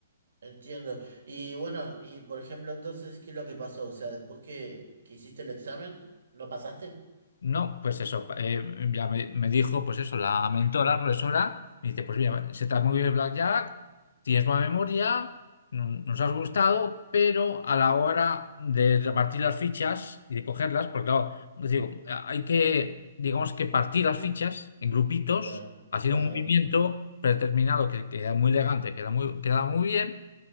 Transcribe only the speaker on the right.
Entiendo. Y bueno, y por ejemplo, entonces, ¿qué es lo que pasó? O sea, después que, que hiciste el examen, ¿no pasaste?
Claro,
claro.